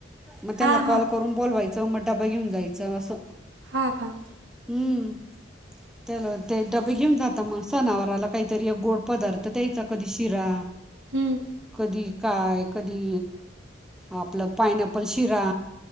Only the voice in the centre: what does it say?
मग त्यांना
कॉल
करून बोलवायचं मग डबा घेऊन जायचं असं.
हम्म. त्याला ते डबे घेऊन जात मग सनावराला काहीतरी एक गोड पदार्थ द्यायचा कधी शिरा.
कधी काय कधी आपलं पायनॅपल शिरा.